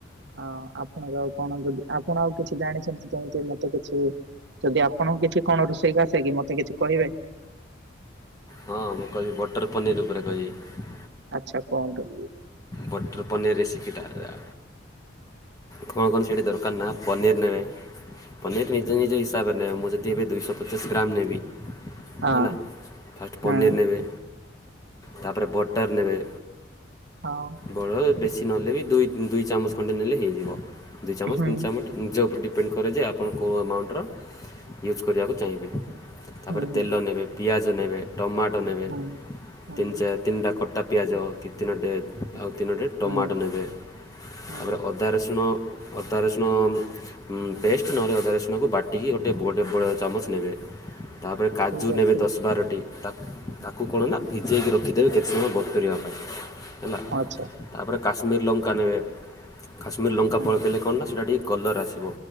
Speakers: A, on the right; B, on the left.
A: ହଁ ଆପଣ ଆଉ କଣ ଯଦି ଆପଣ ଆଉ କିଛି ଜାଣିଛନ୍ତି କେମିତି ମତେ କିଛି ଯଦି ଆପଣଙ୍କୁ କିଛି କଣ ରୋଷେଇ ଆସେ କି ମତେ କିଛି କହିବେ?
B: ହଁ ମୁଁ କହିବି ବଟର ପନିର୍ ଉପରେ କହିବି।
A: ଆଛା କୁହନ୍ତୁ।
B: ବଟର ପନିରୀ ରେସିପିଟା ହେଲା କଣ କଣ ସେଠି ଦରକାର ନା ପନିର ନେବେ ପନିର ନିଜ ନିଜ ହିସାବରେ ନେବେ ମୁଁ ଯଦି ଏବେ ଦୁଇଶହ ପଚାଶ ଗ୍ରାମ ନେବି
A: ହଁ
B: ହେଲା ଫାଷ୍ଟ
A: ହଁ
B: ପନିର୍ ନେବେ ତାପରେ ବଟର୍ ନେବେ
A: ହଁ।
B: ବଡ଼ ବେଶୀ ନହେଲେ ବି ଦୁଇ ଉଁ ଦୁଇ ଚାମଚ ଖଣ୍ଡେ ନେଲେ ହେଇଯିବ ଦୁଇ ଚାମଚ
A: ହୁଁ
B: ତିନି ଚାମଚ ନିଜ ଉପରେ ଡିପେ ଡିପେଣ୍ଡ କରେ ଯେ ଆପଣ କେଉଁ ଆମାଉଣ୍ଟର ୟୁଜ୍ କରିବାକୁ ଚାହିଁବେ ତାପରେ
A: ହୁଁ ହୁଁ
B: ତେଲ ନେବେ ପିଆଜ ନେବେ ଟମାଟ ନେବେ
A: ହୁଁ ହୁଁ
B: ତିନି ଚାରି ତିନିଟା କଟା ପିଆଜ କି ତିନୋଟେ ଆଉ ତିନୋଟି ଟମାଟୋ
A: ହୁଁ
B: ନେବେ
A: ହୁଁ
B: ତାପରେ ଅଦା ରସୁଣ ଅଦା ରସୁଣ ମଁ ପେଷ୍ଟ ନହେଲେ ଅଦା ରସୁଣକୁ ବାଟିକି ଗୋଟେ ବଡ଼ ବଡ଼ ଚାମଚ ନେବେ ତାପରେ କାଜୁ
A: ଠିକ
B: ନେବେ
A: ଅଛି
B: ଦଶ ବାରଟି ତା ତାକୁ କଣ ନା ଭିଜେଇକି ରଖିଦେବେ କେତେ ସମୟ ବତୁରି ପାଇଁ ହେଲା
A: ଆଚ୍ଛା।
B: ତାପରେ କାଶ୍ମୀର ଲଙ୍କା ନେବେ କାଶ୍ମୀର ଲଙ୍କା
A: ହଁ
B: ପଳକେଇଲେ କଣ ନା ସେଇଟା ଟିକେ କଲର୍ ଆସିବ